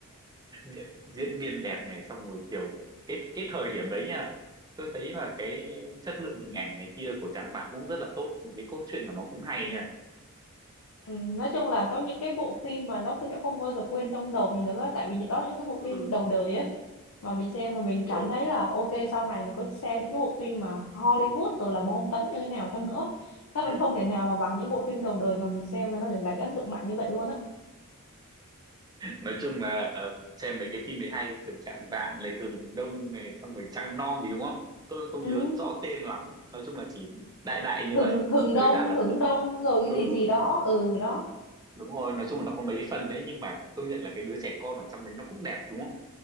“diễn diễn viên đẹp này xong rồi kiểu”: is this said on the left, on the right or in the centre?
Right